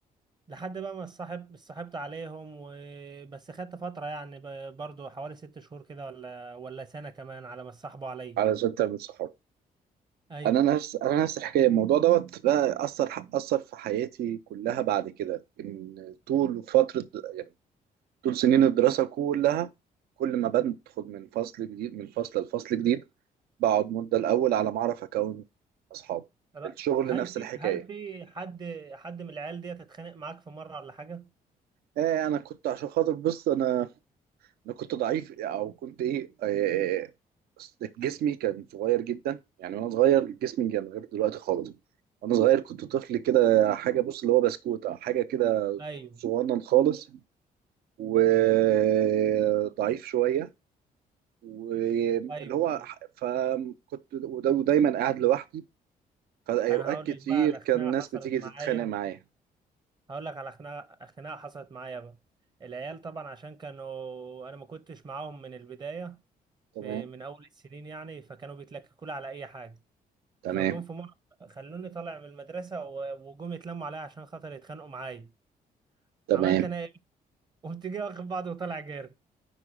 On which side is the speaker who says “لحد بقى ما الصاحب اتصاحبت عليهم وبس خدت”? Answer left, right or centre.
Right